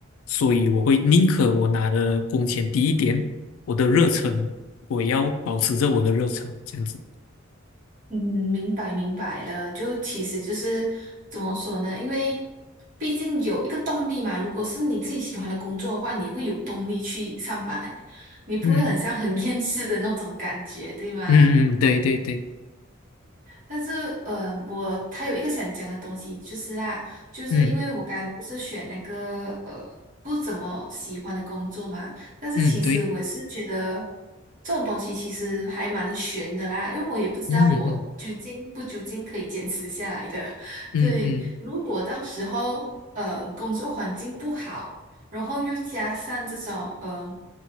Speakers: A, on the left; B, on the right.
A: 所以我会宁可我拿的工钱低一点，我的热忱我要保持着我的热忱，这样子。
B: 嗯，明白明白了。就其实就是怎么说呢？因为毕竟有一个动力嘛。如果是你自己喜欢的工作的话，你会有动力去上班，你不会很像很
A: 嗯
B: <laughs> 厌世的那种感觉，对吗？
A: 嗯嗯，对对对，
B: 但是，呃，我他有一个想讲的东西，就是啦，就是因为我刚才不是选那个呃不怎么喜欢的工作嘛，
A: 嗯
B: 但是其实我是觉得
A: 嗯对，
B: 这种东西其实还蛮悬的啦，因为我也不知道我究竟不究竟可以坚持下来的。
A: 嗯嗯
B: <laughs>
A: 嗯嗯
B: 对，如果到时候呃工作环境不好，然后又加上这种呃